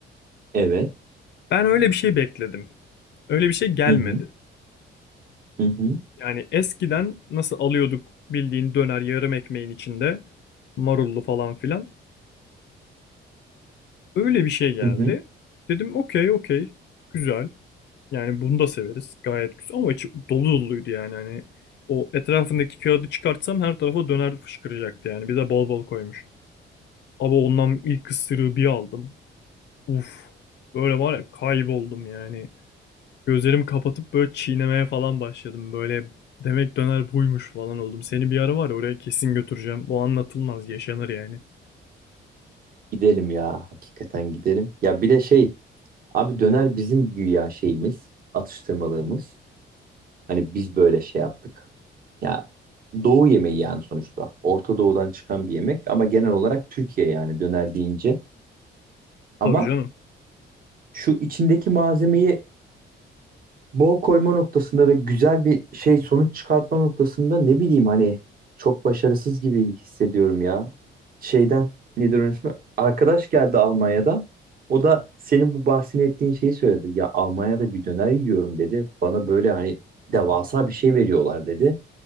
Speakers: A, on the right; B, on the left.
A: evet.
B: Ben öyle bir şey bekledim. Öyle bir şey gelmedi.
A: Hı hı. Hı hı.
B: Yani eskiden nasıl alıyorduk bildiğin döner yarım ekmeğin içinde marullu falan filan. Öyle bir şey geldi.
A: Hı hı.
B: Dedim okey okey güzel. Yani bunu da severiz. Gayet güzel ama içi dolu doluydu yani hani o etrafındaki kağıdı çıkartsam her tarafa döner fışkıracaktı yani. Bir de bol bol koymuş. Ama ondan ilk ısırığı bir aldım. Uf. Böyle var ya kayboldum yani. Gözlerimi kapatıp böyle çiğnemeye falan başladım. Böyle demek döner buymuş falan oldum. Seni bir ara var ya oraya kesin götüreceğim. Bu anlatılmaz, yaşanır yani.
A: Gidelim ya. Hakikaten gidelim. Ya bir de şey abi döner bizim güya şeyimiz, atıştırmalığımız. Hani biz böyle şey yaptık. Ya Doğu yemeği yani sonuçta. Orta Doğu'dan çıkan bir yemek ama genel olarak Türkiye yani döner deyince. Ama
B: Tabii canım.
A: şu içindeki malzemeyi bol koyma noktasında ve güzel bir şey sonuç çıkartma noktasında ne bileyim hani çok başarısız gibi hissediyorum ya. Şeyden nedir onun ismi? Arkadaş geldi Almanya'dan. O da senin bu bahsini ettiğin şeyi söyledi. Ya Almanya'da bir döner yiyorum dedi. Bana böyle hani devasa bir şey veriyorlar dedi.